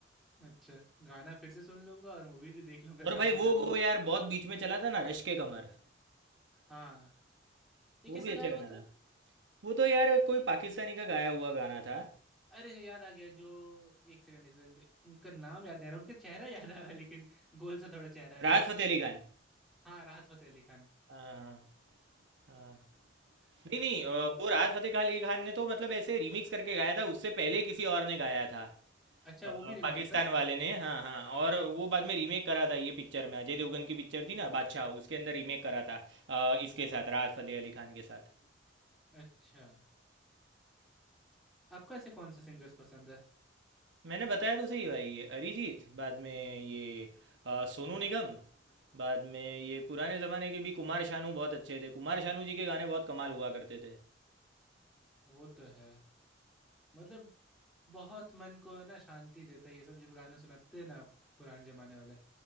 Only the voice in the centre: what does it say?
अच्छा गाना फिर से सुन लूंगा और मूवी भी देख लूंगा समय
मिला
तो
हाँ ये
किसका
गाया
हुआ था
अरे याद आ गया जो एक सेकंड एक सेकंड उनका नाम याद नहीं आ रहा उनका चेहरा याद आ रहा है लेकिन गोल सा थोड़ा चेहरा है
ना
हाँ राहत फतेह अली खान
वो
उन...
अच्छा
वो भी रीमेक
था
अच्छा आपको ऐसे कौन से सिंगर्स पसंद है
वो तो है मतलब बहुत मन को है ना शांति देता है ये सब जब गाना सुनाते हैं ना आप पुराने जमाने वाले